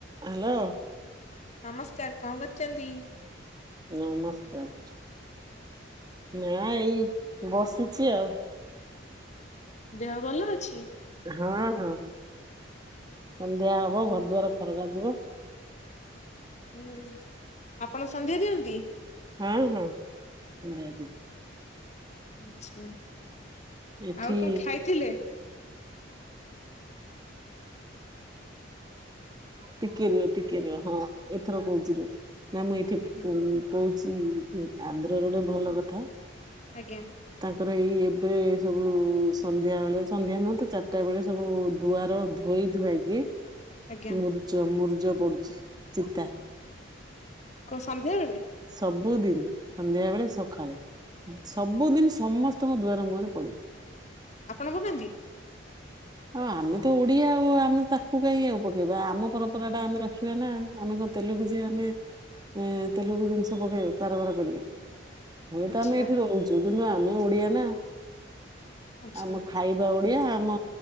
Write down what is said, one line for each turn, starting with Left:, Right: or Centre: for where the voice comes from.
Right: Hello.
Left: ନମସ୍କାର କଅଁ କରୁଚନ୍ତି?
Right: ନମସ୍କାର। ନା ଏଇ ବସିଚି ଆଉ।
Left: ଦେହ ଭଲ ଅଛି?
Right: ହଁ ହଁ ସନ୍ଧ୍ୟା ହବ
Left: ହୁଁ
Right: ଘର ଦୁଆର ଖରକା ଯିବ।
Left: ହୁଁ ଆପଣ ସନ୍ଧ୍ୟା ଦିଅନ୍ତି?
Right: ହଁ ହଁ ଦିଅନ୍ତି।
Left: ଆଛା
Right: ଏଠି
Left: ଆଉ କଣ ଖାଇଥିଲେ?
Right: ଟିକେ ରୁହ ଟିକେ ରୁହ ହଁ ଏଥର କହୁଛି ରୁହ ନା ମୁଁ ଏଇଠି
Left: ଆଜ୍ଞା
Right: ଉଁ କହୁଛି ଆନ୍ଧ୍ର ରୋଡ ଭଲ କଥା।
Left: ଆଜ୍ଞା
Right: ତାଙ୍କର ଏଇ ଏବେ ସବୁ ସନ୍ଧ୍ୟା ବେଳେ ସନ୍ଧ୍ୟା ନୁହଁ ତ ଚାରିଟା ବେଳେ ସବୁ ଦୁଆର ଧୋଇ ଧୁଆଇକି
Left: ଆଜ୍ଞା
Right: ମୁର୍ଜ ମୁରୁଜ ପଡୁଛି ଚିତା।
Left: କ ସନ୍ଧ୍ୟାବେଳେ?
Right: ସବୁଦିନି ସନ୍ଧ୍ୟା ବେଳେ ସକାଳେ। ସବୁଦିନି ସମସ୍ତଙ୍କ ଦୁଆର ମୁହରେ ପଡେ।
Left: ଆପଣ ପକାନ୍ତି?
Right: ହଁ ଆମେ ତ ଓଡିଆ ଆଉ ଆମେ ତାକୁ କାଇ ଆଉ ପକେଇବା ଆମ ପରମ୍ପରା ଟା ଆମେ ରଖିବା ନା ଆମେ କ ତେଲୁଗୁ ଯେ ଆମେ ତେଲୁଗୁ ଜିନିଷ ପକେଇ କାରବାର କରିବା। ହୁଏତ
Left: ଆଛା
Right: ଆମେ ଏଇଠି ରହୁଛୁ କିନ୍ତୁ ଆମେ ଓଡିଆ ନା
Left: ଆଛା
Right: ଆମ ଖାଇ ବା ଓଡିଆ ଆମ